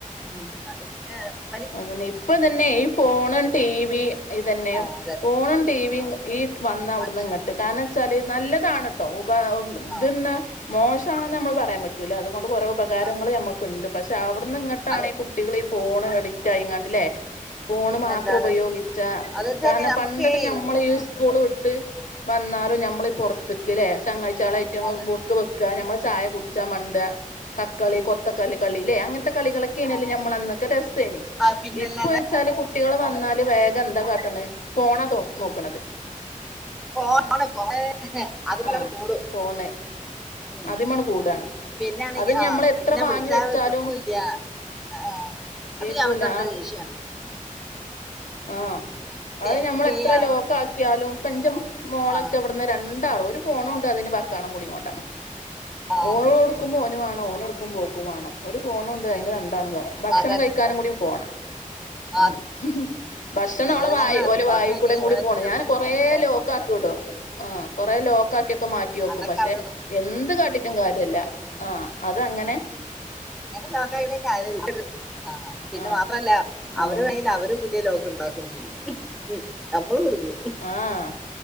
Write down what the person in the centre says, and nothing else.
ഉം അതന്നെ
ആ അതന്നെ
മനുഷ്യ ഉം
ആ
അതെ
അത്
പിന്നല്ലാതെ
അത് വെച്ചാല്
നമുക്ക്
ഉം
അതെ
ആ പിന്നല്ലാതെ
ഫോണ് <unintelligible> അത്‌മ്മലങ്ങട്
കൂടും
ഉം.
പിന്നാണെങ്കി
ആഹ്
പിന്നെ
വിളിച്ചാകിട്ടൂല്ല്യ
ആഹ് അപ്പൊ
ഞ്ഞി അടുത്തത് അവർക്കറുത ദേഷിയാണ്
നമുക്ക്
ഈ ആ
ആ
ആ
അതെ
അതന്നെ
ആ
ചിലർക്ക്
അങ്ങനെ
ഭക്ഷണം
വെക്കണ
വെച്ചിട്ടാണ്
അതൊക്കെ
അവര് നോക്കും
എങ്ങനേ ലോക്കായിട്ടും കാര്യല്ല <unintelligible> ആഹ് പിന്നെ
മാത്രല്ല അവര്
കയില് അവര് പുതിയ ലോക് ണ്ടാക്ക ക്കും ചെയ്യും നമ്മള് കുടുങ്ങും